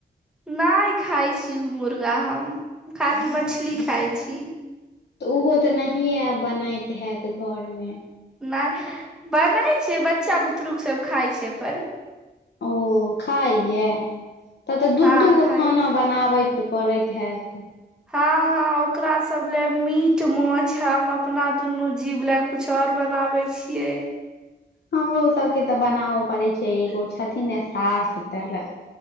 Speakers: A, in the centre; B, on the left.
A: नैय खाय छी उ मुर्गा हम खाली मछली खाय छी।
B: तऽ उहो ते नहिए आब बनैत हैइत घरमें।
A: नैय बनैय छैय, बच्चा बुतरुक सब खाइ छैय अपन।
B: ओ खाइयै तब तऽ दू,
A: हँ
B: दूगो
A: खाय
B: खाना बनाबैत पड़ैत हैइत।
A: हँ हँ ओकरा सब ले मीट-माछ हम अपना दुनू जीव ले कुछ और बनाबै छियै।
B: हमरो सबके तऽ बनाबै पड़ैय छैय, एगो छथिन ने सास तै लै